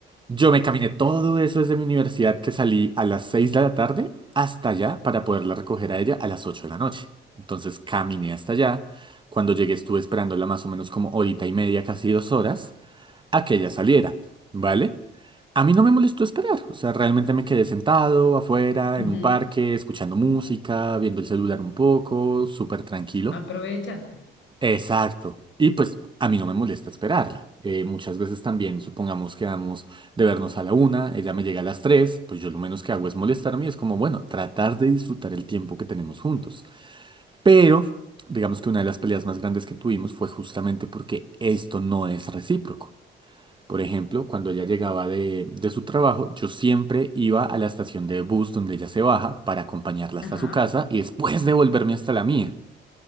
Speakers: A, on the right; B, on the left.
A: Yo me caminé todo eso desde mi universidad que salí a las 6 de la tarde hasta allá para poderla recoger a ella a las 8 de la noche. Entonces caminé hasta allá. Cuando llegué estuve esperándola más o menos como horita y media, casi dos horas, a que ella saliera, ¿vale? A mí no me molestó esperar, o sea, realmente me quedé sentado afuera,
B: Ujú.
A: en un parque, escuchando música, viendo el celular un poco, súper tranquilo.
B: Aprovechaste.
A: Exacto. Y pues a mí no me molesta esperarla. Eh, muchas veces también, supongamos que vamos de vernos a la una, ella me llega a las tres, pues yo lo menos que hago es molestarme y es como, bueno, tratar de disfrutar el tiempo que tenemos juntos. Pero, digamos que una de las peleas más grandes que tuvimos fue justamente porque esto no es recíproco. Por ejemplo, cuando ella llegaba de, de su trabajo, yo siempre iba a la estación de bus donde ella se baja para acompañarla
B: Ajá.
A: hasta su casa y después devolverme hasta la mía.